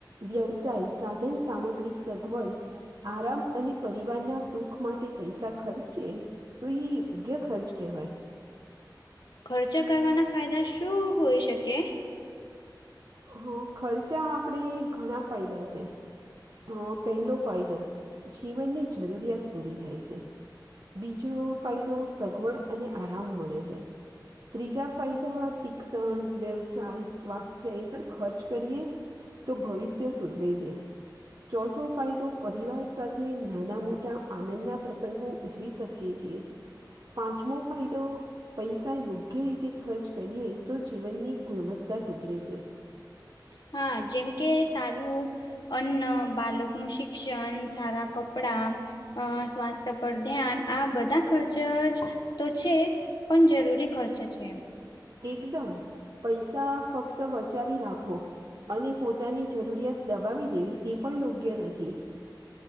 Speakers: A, on the right (about 60°); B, on the left (about 65°).
A: વ્યવસાય સાધન સામગ્રી સગવડ. આરામ અને પરિવારના સુખ માટે પૈસા ખર્ચે. તો એ યોગ્ય ખર્ચ કહેવાય.
B: ખર્ચ કરવાના ફાયદા શું હોઈ શકે?
A: હ ખર્ચા આપણે ઘણા ફાયદા છે. અ પહેલો ફાયદો, જીવનની જરૂરિયાત પૂરી થાય છે. બીજો ફાયદો સગવડ અને આરામ મળે છે. ત્રીજા ફાયદા શિક્ષણ વ્યવસાય સ્વાસ્થ. એ પર ખર્ચ કરીએ, તો ભવિષ્ય સુધરે છે. ચોથો ફાયદો પરિવાર સાથે નાના મોટા આનંદના પ્રસંગો ઉજવી શકે છે, પાંચમો ફાયદો. પૈસા યોગ્ય રીતે ખર્ચ કરીએ તો જીવનની ગુણવત્તા સુધરે છે. <inaudible>
B: હા જેમકે સારું અન્ન બાળકનું શિક્ષણ સારા કપડાં. અ સ્વાસ્થ્ય પર ધ્યાન આ બધા ખર્ચ જ, તો છે. પણ જરૂરી ખર્ચે છે એ.
A: એકદમ, પૈસા ફક્ત બચાવી રાખો. અને પોતાની જરૂરિયાત દબાવી દેવી એ પણ યોગ્ય નથી.